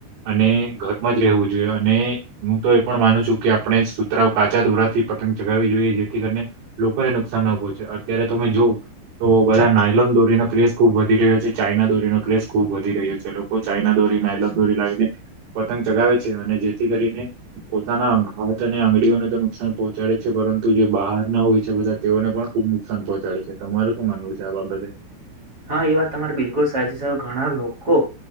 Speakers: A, on the right; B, on the right.
A: અને જ રહેવું જોઈએ અને હું, તો એ પણ માનું છુ, કે આપણે સૂતરા કાચા દોરાથી પતંગ ચગાવવી જોઈએ જેથી, કરીને લોકોને નુકસાન ના પહોંચે અત્યારે તમે જો તો બધા નાઇલોન દોરીનો ક્રેઝ ખુબ વધી રહ્યો છે, ચાાઈના દોરીનો ક્રેઝ ખુબ વધી રહ્યો છે, લોકો ચાાઈના દોરી દોરી, ના દોરી લાવી લ પતંગ ચગાવે છે, અને જેથી કરીને પોતાના હાથ અને આંગીઓને તો નુકસાન પહોંચાડે છે, પરંતુ પરંતુ જે બહાર ના હોય છે, બધા તેઓને પણ ખુબ નુકસાન પહોંચાડે છે, તમારે શું માનવું છે આ બાબતે
B: હા, એ વાત તમારી બિલકુલ સાચી છે, ઘણા લોકો